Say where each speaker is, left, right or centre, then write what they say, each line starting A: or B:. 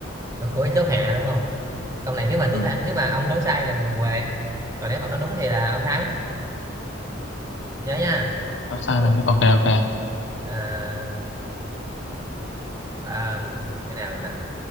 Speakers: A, on the right (about 20°); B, on the left (about 70°).
A: cuối chốt hạ đúng không câu này nếu mà tôi
B: ừ
A: thắng nếu mà ông đoán sai là mình què còn nếu mà ông đoán đúng thì là ông thắng nhớ nha
B: Không sai
A: kết quả
B: mình ok ok
A: à, à, cái nào mà